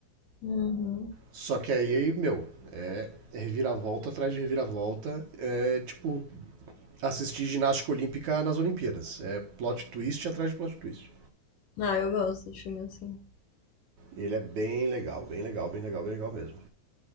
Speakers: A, on the left; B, on the right.
A: Uhum.
B: Só que aí, meu, reviravolta atrás de reviravolta. É tipo assistir ginástica olímpica nas Olimpíadas. É plot twist atrás de plot twist.
A: Ah, eu gosto de filme assim.
B: E ele é bem legal, bem legal, bem legal, bem legal mesmo.